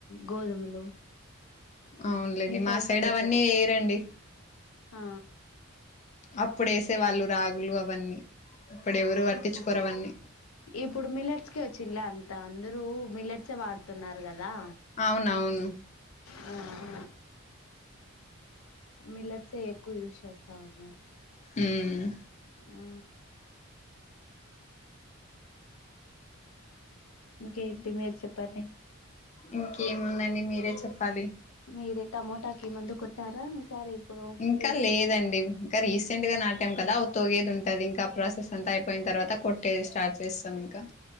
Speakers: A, on the left; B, on the left.
A: గోధుమలు
B: అవునులేండి
A: మిగతా
B: మా సైడ్
A: ప్రతి ఒక్కటి
B: అవన్నీ వెయ్యరండి
A: ఆ
B: అప్పుడు ఏసే వాళ్లు రాగులు అవన్నీ ఇప్పుడెవరు పట్టిచ్చుకోరు
A: ఇప్పుడు
B: అవన్నీ
A: ఇప్పుడు మిల్లట్స్ కె వచ్చింలా అంత అందరూ మిల్లట్స్ ఎ వాడుతున్నారు గదా
B: అవునవును
A: ఆ మిల్లట్స్ ఏ ఎక్కువ యూస్ చేస్తా ఉన్నారు
B: ఉమ్
A: ఆ ఇంకేంటి మీరు చెప్పండి
B: ఇంకేముందండి మీరే చెప్పాలి
A: మీరే టమోటా కి ముందు కొట్టారా ఈసారి ఇప్పుడు
B: ఇంకా
A: రీసెంట్లీ
B: లేదండి కా రీసెంట్ గా నాటాం కదా అ తోగేది ఉంటది ఇంకా ప్రాసెస్ అంతా అయిపోయిన తర్వాత కొట్టేది స్టార్ట్ చేస్తాం ఇంకా